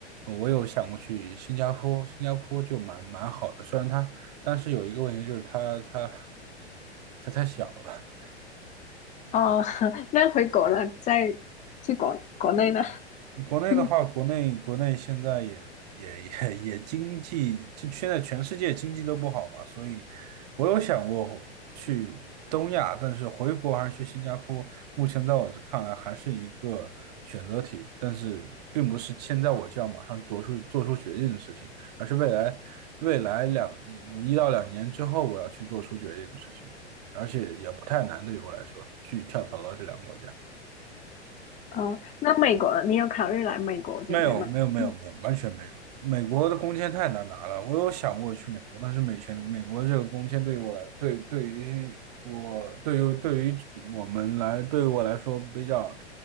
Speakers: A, on the right; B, on the left.
A: 呃我有想过去新加坡，新加坡就蛮蛮好的，虽然它，但是有一个问题就是它它它太小了。
B: 哦，<laughs> 那回国了，再去国国内呢？<laughs>
A: 国内的话，
B: <clears throat>
A: 国内国内现在也也也也经济，就现在全世界经济都不好嘛，所以我有想过去东亚，但是回国还是去新加坡，目前在我这看来还是一个选择题，但是并不是现在我就要马上做出做出决定的事情，而是未来未来两一到两年之后我要去做出决定的事情，而且也不太难，对于我来说，去跳槽到这两个国家。
B: 哦，那美国了，你有考虑来美国这边吗？
A: 没有，没有，没有，
B: 嗯
A: 没有，完全没有。美国的工签太难拿了，我有想过去美国，但是美签美国这个工签对于我来，对对于我对于对于我们来，对于我来说比较